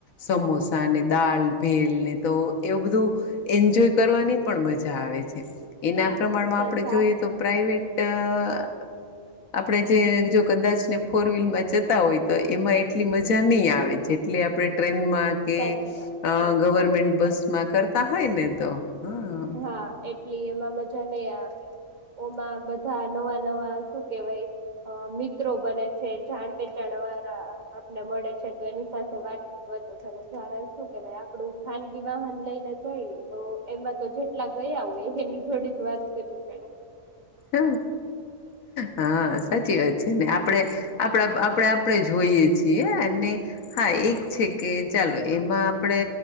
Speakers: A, on the left; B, on the right.
A: સમોસા ને દાલ ભેલ તો એવું બધું એન્જોય કરવાની પણ મજા આવે છે એના
B: હા
A: પ્રમાણમાં
B: સજા
A: આપણે જોઈએ તો <unintelligible> આપડણે જે જો કદાચ ને ફોર વ્હીલમાં જતા હોય તો એમાં એટલી મજા નહી આવે એટલે આપણે ટ્રેનમાં કે
B: સાચી વાત છે.
A: ગવર્મેન્ટ બસમાં કરતા હોય ને તો હા
B: હા એટલી એમાં મજા નઈ આવે ઓમાં બધા નવા નવા શું કેવાય અ મિત્રો બને છે જાણ પેચાણ વાળા આપને મળે છે તો એની સાથે વાતચીત જયારે શું કેવાય આપડું ખાનગી વાહન લઈને જોઈએ તો એમાં તો જેટલા ગયા હોય એની જોડે જ વાત કરવી પડે
A: હ હા સાચી વાત છે ને આપણેે આપણા આપણે આપણે જોઈએ છીએ અને હા એક છે કે ચાલો એમાં આપણે